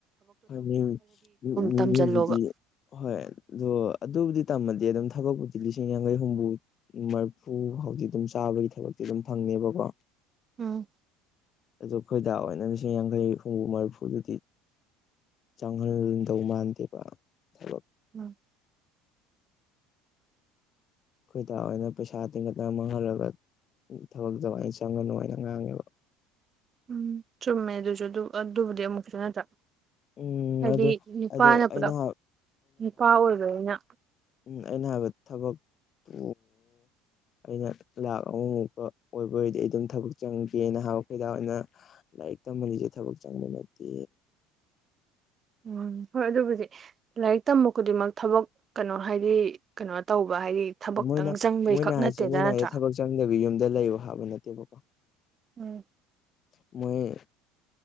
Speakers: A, on the left; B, on the right.
A: ꯍꯧꯗꯤ <inaudible>
B: ꯇꯝꯖꯜꯂꯣꯕ
A: ꯍꯣꯏ ꯑꯗꯣ ꯑꯗꯨꯕꯨꯗꯤ ꯇꯝꯃꯗꯤ ꯑꯗꯨꯝ ꯊꯕꯛꯄꯨꯗꯤ ꯂꯤꯁꯤꯡ ꯌꯥꯡꯈꯩ ꯍꯣꯝꯐꯨ ꯃꯔꯐꯨ ꯐꯥꯎꯗꯤꯤ ꯑꯗꯨꯝ ꯆꯥꯕꯒꯤ ꯊꯕꯛꯇꯤ ꯑꯗꯨꯝ ꯐꯪꯅꯦꯕꯀꯣ
B: ꯎꯝ
A: ꯑꯗꯨꯣ ꯈꯣꯏꯗꯥ ꯑꯣꯏꯅ ꯂꯤꯁꯤꯡ ꯌꯥꯡꯈꯩ ꯍꯨꯝꯐꯨ ꯃꯔꯤꯐꯨꯗꯨꯗꯤ ꯆꯪꯍꯟꯗꯧ ꯃꯥꯟꯗꯦꯕ ꯊꯕꯛ
B: ꯎꯝ
A: ꯑꯩꯈꯣꯏꯗꯑꯣꯏꯅ ꯄꯩꯁꯥ ꯇꯤꯡꯒꯠꯅ ꯃꯥꯡꯍꯜꯂꯒ ꯊꯕꯛꯛꯇꯧ ꯑꯩꯅ ꯆꯪꯒꯅꯨ ꯍꯥꯏꯩꯅ ꯉꯥꯡꯉꯦꯕ
B: ꯎꯝ ꯆꯨꯝꯃꯦ ꯑꯗꯨꯁꯨ ꯑꯗꯨ ꯑꯗꯨꯕꯨꯗꯤ ꯑꯃꯨꯛ ꯈꯤꯇꯪ ꯅꯠꯇ꯭ꯔ
A: ꯎꯝ
B: ꯍꯥꯏꯗꯤ
A: ꯑꯗꯣ
B: ꯅꯨꯄꯥꯅ
A: ꯑꯗꯣ ꯑꯩꯅ
B: ꯄꯨꯂꯞ ꯅꯨꯄꯥ ꯑꯣꯏꯔꯅꯤꯅ
A: ꯎꯝ ꯑꯩꯅ ꯍꯥꯏꯕ ꯊꯕꯛꯇꯨ ꯑꯩꯅ ꯂꯥꯛ ꯑꯍꯨꯝꯃꯨꯛꯀ ꯑꯣꯏꯕ ꯑꯣꯏꯔꯗꯤ ꯑꯩ ꯑꯗꯨꯝ ꯊꯕꯛ ꯆꯪꯒꯦꯅ ꯍꯥꯏꯕ ꯀꯩꯗ ꯑꯩꯅ ꯂꯥꯏꯔꯤꯛ ꯇꯝꯍꯜꯂꯤꯁꯦ ꯊꯕꯛ ꯆꯪꯕ ꯅꯠꯇꯦ
B: ꯎꯝ ꯍꯣꯏ ꯑꯗꯨꯕꯨꯖꯤꯛ ꯂꯥꯏꯔꯤꯛ ꯇꯝꯕ ꯈꯨꯗꯤꯡꯃꯛ ꯊꯕꯛ ꯀꯩꯅꯣ ꯍꯥꯏꯗꯤ ꯀꯩꯅꯣ ꯇꯧꯕ ꯍꯥꯏꯗꯤ ꯊꯕꯛꯇꯪ
A: ꯃꯣꯏꯅ
B: ꯆꯪꯕꯩꯈꯛ
A: ꯃꯣꯏꯅ ꯍꯥꯏꯁꯦ
B: ꯅꯠꯇꯦꯗ
A: ꯃꯣꯏꯅ
B: ꯅꯠꯇ꯭ꯔꯥ
A: ꯍꯥꯏꯁꯦ ꯊꯕꯛ ꯆꯪꯗꯕꯤ ꯌꯨꯝꯗ ꯂꯩꯌ ꯍꯥꯕ ꯅꯠꯇꯦꯕꯀꯣ
B: ꯎꯝ
A: ꯃꯣꯏ